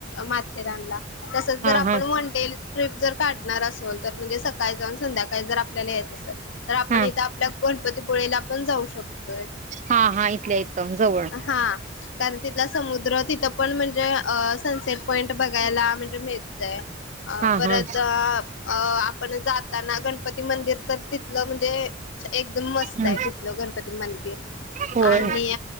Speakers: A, on the left; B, on the right.
A: माथेरानला तसच जर
B: हा
A: आपण
B: हा
A: वनडेल. ट्र्रीप जर काढणार असल तर म्हणजे सकाळी जाऊन संध्याकाळी जर आपल्याला यायचं असेल तर आपण
B: हा
A: इथं आपल्या. गणपतीपुळेला पण जाऊ शकतोय.
B: हा हा इथल्या इथं जवळ
A: हा कारण तिथला समुद्र तिथं पण म्हणजे अ सनसेट पॉइंट बघायला म्हणजे मिळतय अ
B: हा
A: परत
B: हा
A: अ आपण जाताना गणपती मंदिरच तिथ. तिथलं म्हणजे एकदम मस्त
B: हम्म,
A: आहे तिथलं गणपती मंदिर
B: होय
A: आणि.